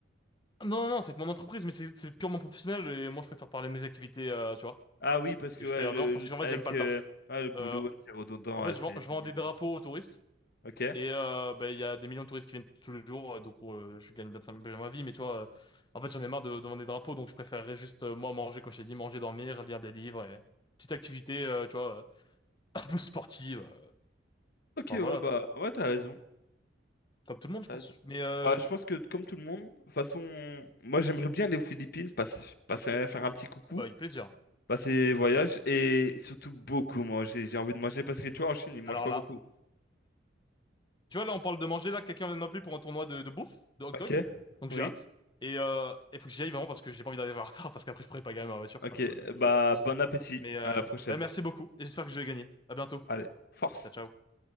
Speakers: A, on the left; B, on the left.
A: Non, non, non, c'est que mon entreprise, mais c'est c'est purement professionnel et moi je préfère parler de mes activités, euh, tu vois,
B: Ah oui, parce que
A: que je
B: ouais,
A: fais en
B: le,
A: dehors parce
B: le-
A: que en fait
B: avec,
A: j'aime pas le
B: euh,
A: taf.
B: ouais, le boulot,
A: Euh,
B: ouais, c'est redondant,
A: en fait,
B: ouais, c'est
A: je vends, je
B: c'est
A: vends
B: nul.
A: des drapeaux
B: ouais.
A: aux touristes
B: Ok.
A: et euh, bah, il y a des millions de touristes qui viennent tous les jours, euh, donc euh, je gagne bien, bien ma vie, mais tu vois, euh, en fait j'en ai marre de, de vendre des drapeaux, donc je préférerais juste, euh, moi, manger, comme je t'ai dit, manger, dormir, lire des livres et petite activité, euh, tu vois, euh, <laughs> un peu sportive. euh,
B: Ok,
A: Enfin
B: ouais,
A: voilà
B: bah
A: quoi,
B: ouais, t'as raison.
A: comme tout le monde, je
B: t'as
A: pense.
B: raison.
A: Mais euh,
B: Bah, je pense que comme tout le monde, de toute façon, moi j'aimerais bien aller aux Philippines, passer, passer- faire un petit coucou,
A: oh, bah, avec plaisir.
B: passer voyage et surtout beaucoup manger. J'ai envie de manger parce que tu vois, en Chine, ils mangent
A: Alors
B: pas
A: là,
B: beaucoup.
A: tu vois, là, on parle de manger. Là, quelqu'un vient de m'appeler pour un tournoi de, de bouffe, de hot dog.
B: Ok?
A: Donc
B: Oui?
A: j'ai hâte. Et euh, il faut que j'y aille vraiment parce que j'ai pas envie d'arriver en retard parce qu'après, je pourrais pas gagner ma voiture.
B: Ok,
A: Enfin, tu vois, t'as capté
B: bah
A: quoi.
B: bon appétit,
A: Mais euh,
B: à la prochaine.
A: bah, merci beaucoup et j'espère que je vais gagner. À bientôt.
B: Allez, force!
A: Ciao, ciao.